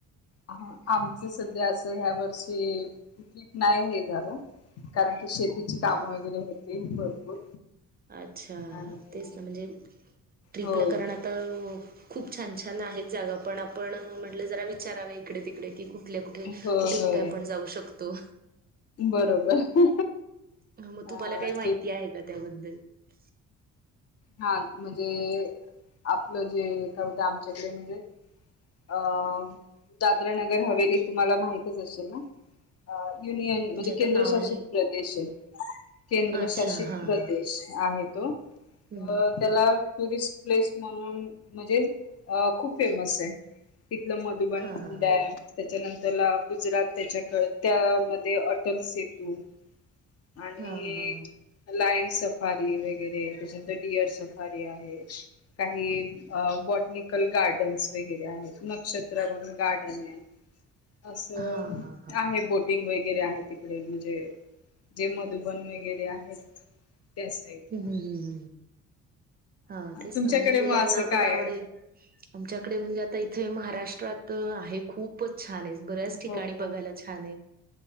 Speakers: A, on the left; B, on the right.
A: हा आमचं सध्या असं ह्या वर्षी तिकिट नाही हे झाल. कारण की शेतीची काम
B: हा
A: वगैरे होते भरपूर.
B: अच्छा
A: आणि
B: तेच ना म्हणजे ट्रिपला
A: होय
B: करणं आता खूप छान. छान आहेत जागा पण आपण म्हटलं जरा विचाराव इकडे तिकडे की. कुठल्या कुठे
A: हो होय
B: कुठे कुठे आपण जाऊ शकतो.
A: बरोबर
B: ह मग
A: अ
B: तुम्हाला काही माहिती
A: ते
B: आहे का त्याबद्दल. <unintelligible>
A: हा म्हणजे आपलं जे का होत आमच्याकडे म्हणजे. अ दादरा नगर हवेली. तुम्हाला माहितच असेल ना युनियन म्हणजे
B: आता
A: केंद्रशासित
B: नावाने
A: प्रदेश. केंद्रशासित
B: अच्छा हा
A: प्रदेश
B: हा
A: आहे तो तर
B: हम्म
A: त्याला. टुरिस्ट प्लेस म्हणून म्हणजे खूप फेमस आहे. तिथलं मधुबन
B: हा
A: जललं
B: हा हा
A: आहे त्याच्यानंतर. त्याला गुजरात त्याच्याकळ त्यामध्ये अटल सेतू. आणि
B: हा हा
A: लाईनस. वरे त्याच्यार डअर सारी आहे काही ब गार्डन्स वगैरे आहेत नक्षत्र म्हणून गार्डन आहे.
B: <unintelligible>
A: असं
B: हा हा हा
A: आहे बोटिंग वगैरे आहे तिकडे म्हणजे. जे मधुबन वगैरे आहेत. त्या साईडला
B: ह् हम्म हम् हम्. हा तेच
A: तुमच्याकडे
B: ना म्हणजे मुलांना
A: मग असं काय
B: पण आवडेल
A: आहे
B: आमच्याकडे म्हणजे आता. इथे महाराष्ट्रात आहे खूपच छान आहे बऱ्याच ठिकाणी
A: हो
B: बघायला छान आहे.